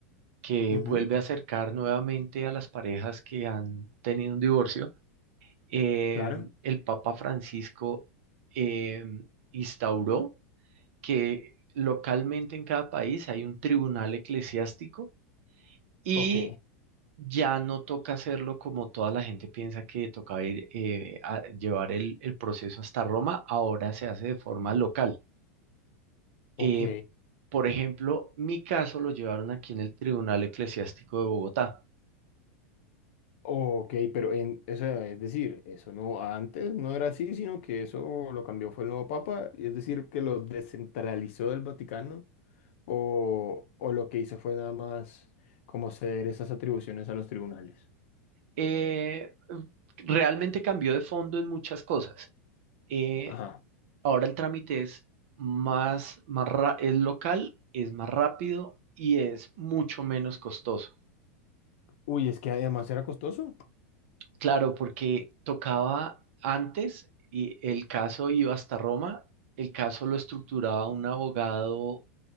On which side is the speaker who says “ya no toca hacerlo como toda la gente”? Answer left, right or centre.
Right